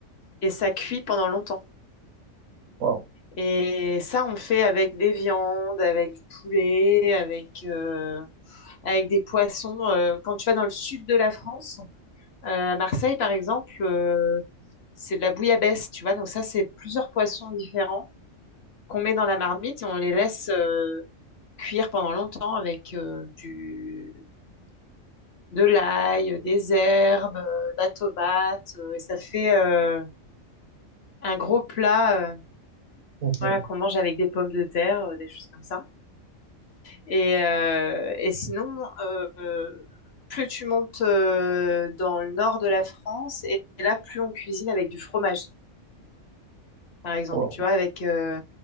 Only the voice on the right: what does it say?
Wow.
<laughs> Mhm.
Wow.